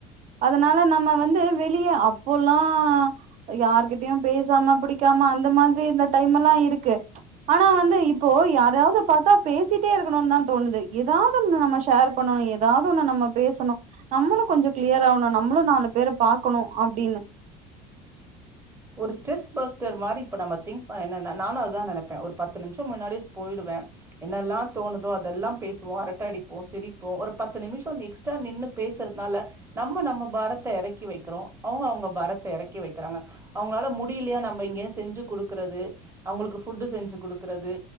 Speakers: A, on the right; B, on the right.
A: அதனால நம்ம வந்து வெளிய அப்போல்லா யார்கிட்டயு பேசாம புடிக்காம அந்த மாதிரி இந்த டைம் எல்லா இருக்கு ஆனா வந்து இப்போ யாராய்யாவ்து பாத்தா பேசிட்டே இருக்கணுதா தோணுது ஏதாவ்து ஒண்ணு நம்ம ஷேர் பண்ணணு ஏதாவ்து ஒண்ணு நம்ம பேசணு நம்மளு கொஞ்சோ கிளியர் ஆவணு நம்மளு நாலு பேர பாக்கணு அப்டின்னு
B: ஒரு ஸ்ட்ரெஸ் பஸ்டர் மாரி இப்ப நம்ம திங்க் என்ன நானு அதுதா நெனப்பே ஒரு பத்து நிமிஷோ முன்னாடியே போயிடுவே என்னெல்லா தோணுதோ அதெல்லா பேசுவோ அரட்ட அடிப்போ சிரிப்போ ஒரு பத்து நிமிஷோ எக்ஸ்ட்ரா நின்னு பேசுறத்னால நம்ம நம்ம பாரத்த எறக்கி வெக்கிறோ அவுங்க அவங்க பாரத்த எறக்கி வெக்கிறாங்க அவுங்களால முடியலையா நம்ப இங்கருந்து செஞ்சு குடுக்குறது அவுங்களுக்கு ஃபுட்டு செஞ்சு குடுக்குறது